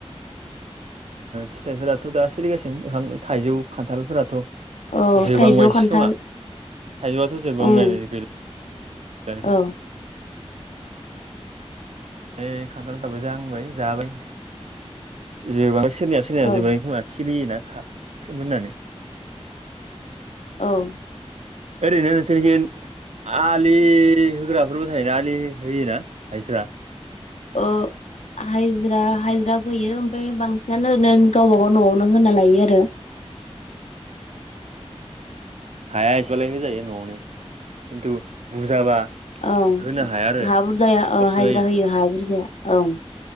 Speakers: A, on the right (about 75°); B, on the left (about 85°).
A: फिथाइफोराथ' दा सोलिगासिनो ओंखाम थाइजौ खान्थालफोराथ'
B: औ
A: जोबहांबायसै
B: थाइजौ खान्थाल
A: खोमा थाइजौआथ' जोबांबायानो
B: ओम
A: गैला जोंना
B: औ
A: ए खान्थालफ्राबो जांबाय जाबाय जां सोरनिया सोरनिया
B: औ
A: जोबबाय खोमा सिरियोना थाब सोमोननानै
B: औ
A: ओरैनो नोंसोरनि आलि होग्राफोरबो थायोना आलि होयोना हाइज्रा
B: ओ हाजिरा हाजिरा फैयो ओमफ्राय बांसिनानो ओरनो गावबागाव न'आवनो होना लायो आरो
A: <inaudible> हाया एसेबालाय होजायो न'आवनो खिन्थु बुरजाबा
B: औ
A: होनो हाया आरो
B: हा बुरजाया औ
A: खस्थ'
B: हाजिरा
A: जायो
B: होयो हा बुरजाया औ